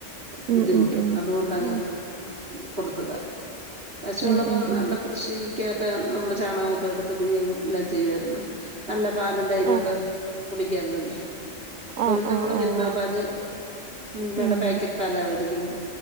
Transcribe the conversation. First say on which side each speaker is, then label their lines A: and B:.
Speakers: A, on the right; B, on the right.
A: ബുദ്ധിമുട്ട്
B: ഉം ഉം ഉം
A: അതുകൊണ്ടങ്ങ്
B: ഉം
A: കൊടുത്തതാ, പശുവുള്ളപ്പം
B: ഉം ഉം ഉം
A: നല്ല കൃഷി കേക്കാം നമ്മള് ചാണകൊക്കെ എടുത്തിടുകയും എല്ലാം ചെയ്യുമായിരുന്നു നല്ല പാലും തൈരും
B: ആഹ്
A: ഒക്കെ കുടിക്കാന്നല്ലേ അപ്പോ
B: ആഹ്
A: പിന്നെ നമ്മള്
B: ആഹ് ആഹ്
A: മ
B: ആളാണ്
A: പാല് മിൽമയുടെ
B: ഉം
A: പാക്കറ്റ് പാലാ മേടിക്കുന്നത്.